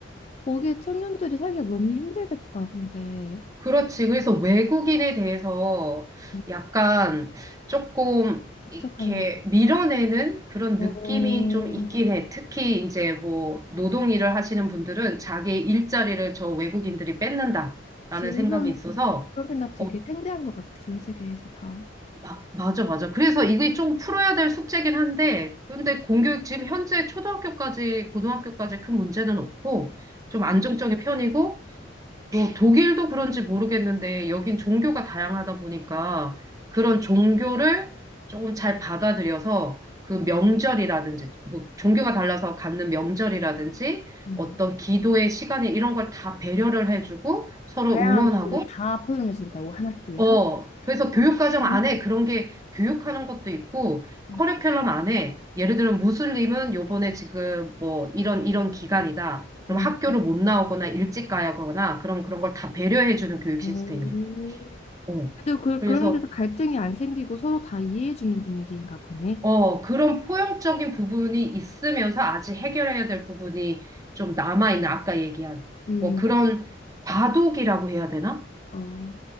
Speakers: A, on the left; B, on the right.
A: 거기 에 청년들이 살기가 너무 힘들겠다. 근데
B: 그렇지. 그래서 외국인에 대해서
A: 부
B: 약간 조금 이렇게
A: 개척하는 게
B: 밀어내는
A: 있어.
B: 그런
A: 어,
B: 느낌이 좀 있긴 해. 특히 이제 뭐 노동 일을 하시는 분들은 자기 일자리를 저 외국인들이 뺏는다라는
A: 지금
B: 생각이
A: 요즘
B: 있어서
A: 그런 생각 되게
B: 어,
A: 팽배한 것 같아. 전 세계에서 다.
B: 마, 맞아, 맞아. 그래서 이게 좀 풀어야 될 숙제긴 한데, 근데 공교육 지금 현재 초등학교까지, 고등학교까지 큰 문제는 없고, 좀
A: 음,
B: 안정적인 편이고, 뭐 독일도 그런지 모르겠는데, 여긴 종교가 다양하다 보니까, 그런 종교를 조금 잘 받아들여서, 그 명절이라든지, 뭐 종교가 달라서 갖는 명절이라든지,
A: 음.
B: 어떤 기도의 시간이 이런 걸 다 배려를 해주고, 서로
A: 다양한
B: 응원하고,
A: 종류를 다 포용해준다고 한 학교에서.
B: 어, 그래서
A: 그거
B: 교육과정
A: 되게
B: 안에 그런 게 교육하는 것도 있고,
A: 음.
B: 커리큘럼 안에, 예를 들면 무슬림은 요번에 지금 뭐 이런, 이런 기간이다. 그럼
A: 음.
B: 학교를 못 나오거나 일찍 가야 하거나, 그런, 그런 걸 다 배려해주는 교육
A: 어,
B: 시스템이야. 어.
A: 근데 그,
B: 그래서,
A: 그런 데서 갈등이 안 생기고 서로 다 이해해주는 분위기인가 보네.
B: 어, 그런 포용적인 부분이 있으면서 아직 해결해야 될 부분이 좀 남아있는, 아까 얘기한,
A: 음,
B: 뭐 그런 과도기라고 해야 되나?
A: 어,